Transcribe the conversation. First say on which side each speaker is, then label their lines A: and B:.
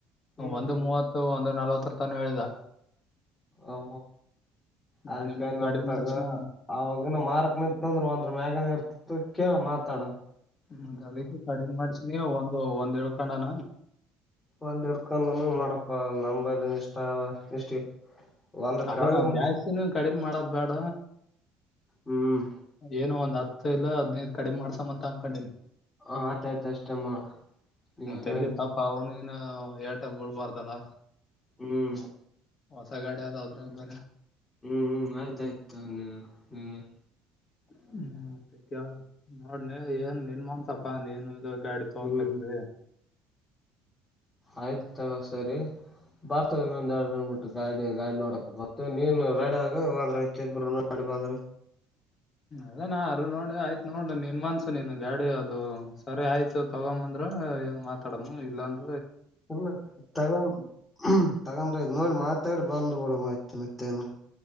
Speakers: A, on the left (about 20°); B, on the left (about 40°).
A: ಹ್ಮ್
B: ಒಂದು್
A: ಹ್ಮ್
B: ಮೂವತ್ತು ಒಂದು್ ನಲ್ವತ್ತು ತ್ರರ್ತಾನ ಹೇಳಿದ
A: ಆ
B: ನಾನ್
A: ಅದಕನ್
B: ಇನ್ನ ಕಡಿಮೆ
A: ಒತ್ತತಾಗ
B: ಮಾಡ್ಸಿನ
A: ಅವಾಗನ ಮಾರಕ್ ನಿಂತಂದ್ರ ಒಂದ್ರ ಮ್ಯ ಮ ಕ ಮಾತಾಡಂ
B: ಮತ್ತ ಅದಕ್ಕೆ ಕಡಿಮೆ ಮಾಡಸಿನಿ ಒಂದು ಒಂದ್ ಏಳ್ ಕನ
A: ಒಂದ್ ಹಡ್ಕೊಂಡ ಮಾಡಪ್ಪ ನಂಬ ಇಷ್ಟ ಇಷ್ಟ ಒಂದ್ರ
B: ಅಲ್ಲ
A: ಕೆಳಗ ಮುಗಿಸಿ
B: ಜಾಸ್ತಿನೂ ಕಡಿಮೆ ಮಾಡೋದ್ ಬೇಡ
A: ಹ್ಮ್
B: ಏನು ಒಂದ್ ಹತ್ತು ಇಲ್ಲ ಹದ್ನೈದು ಕಡಿಮ ಮಾಡ್ಸಮ್ಮಂತ ಅಂಗಕೊಂಡೀನಿ
A: ಹ ಆಯ್ತಾಯಯ್ತ ಅಷ್ಟ ಮಾಡ ನೀ
B: ಮತ್ತ್
A: ಹಂಗಂತ
B: ಎಲ್ಲಿ ಪಾಪ ಅವನಿಗಿನ ಏಟ ಬಳ್ಬಾರ್ದಲ್ಲ
A: ಹ್ಮ್
B: ಹೊಸ ಗಾಡಿ ಯಾವದ ಅದ್ರಾಗ ಬರ
A: ಹ್ಮ್ ಹ್ಮ್ ಆಯ್ತಾಯ್ತು ನೀ ನೀ
B: ಹ್ಮ ಮ ಕೇಳ ನೋಡ್ನೆ ಏನ್ ನಿನ್ ಮನ್ಸಪ ನೀನು ಗಾಡಿ ತೋಕಕ್ದೆ
A: ಹ್ಮ್ ಆಯ್ತ ತಗ ಸರಿ ಬರ್ತವ ಇನ್ನೊಂದ್ ಎರಡು ಜನ್ ಬಿಟ್ಟು ಗಾಡಿ ಗಾಡಿ ನೋಡಕ ಬರ್ವಿ ನೀನ್ ರೆಡಿ ಆಗ ಹದ್ರಬ್ಬರು. ಬಂದ್ರ
B: ಅದೇ ನಾ ಅರು ನೋಡಿ ಆಯ್ತತ್ ನೋಡ ನಿನ್ ಮನ್ಸು ನೀನ್ ಗಾಡಿ ಅದು ಸರಿ ಆಯ್ತು ತಗೊಂದ ಮಾತಾಡ ಇಲ್ಲ ಅ
A: ಇಲ್ಲ ತಗೊಂಡ ತಗೊಂಡ್ರ ನೋಡಿ ಮಾತಾಡ್ ಬಂದು್ ಕೂಡ ಮಾಹಿತಿ ಮತ್ತೆನು